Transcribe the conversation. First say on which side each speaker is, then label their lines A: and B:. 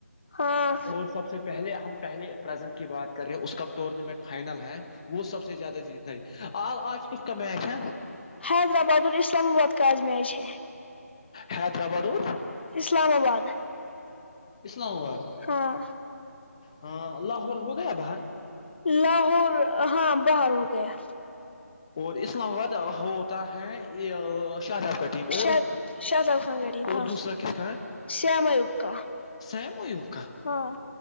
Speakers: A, on the left; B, on the left.
A: ہاں
B: اور سب سے پہلے ہم پہلے پرزنٹ کی بات کر رہے ہیں اس کا ٹورنامنٹ فائنل ہے وہ سب سے زیادہ جیتنا آج کس کا میچ ہے
A: حیدرآباد اور اسلام آباد کاز میچ ہے
B: حیدر آباد اور
A: اسلام آباد
B: اسلام آباد
A: ہاں
B: ہ اللہن ہو گیا باہر
A: لاہور ہاں باہر ہو گیا
B: اور اسلام آباد ہوتا ہے شاہزاب کا ٹیم اور
A: شاید شاداب خان غریب
B: اور
A: ہاں
B: دوسرا کس کا ہے
A: شیام ایوب کا
B: سیم ووب کا
A: ہاں